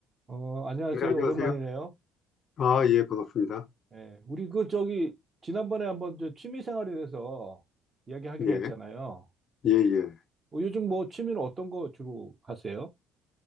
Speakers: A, on the right (about 35°); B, on the left (about 50°).
A: 어, 안녕하세요.
B: 네, 안녕하세요.
A: 오랜만이네요.
B: 아, 예, 반갑습니다.
A: 예, 우리 그 저기 지난번에 한번 저 취미 생활에 대해서 이야기하기로
B: 예,
A: 했잖아요.
B: 예, 예.
A: 어, 요즘 뭐 취미는 어떤 거 주로 하세요?